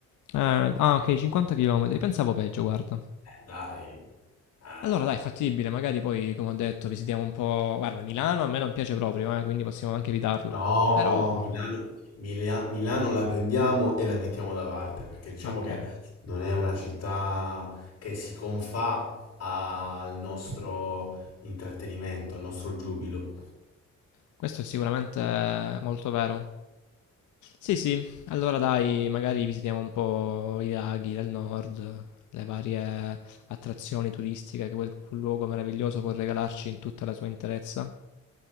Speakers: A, on the left; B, on the left.
A: Eh, ah, ok, 50 km. Pensavo peggio, guarda.
B: Dai. Ah.
A: Allora, dai, fattibile, magari poi, come ho detto, visitiamo un po'. Guarda, Milano a me non piace proprio, eh, quindi possiamo anche evitarla.
B: No,
A: Però,
B: Milano, Milia- Milano la prendiamo e la mettiamo da parte, perché diciamo
A: ok.
B: che non è una città che si confà al nostro intrattenimento, al nostro giubilo.
A: Questo è sicuramente molto vero. Sì, sì, allora dai, magari visitiamo un po' i laghi del nord, le varie attrazioni turistiche che quel, quel luogo meraviglioso può regalarci in tutta la sua interezza.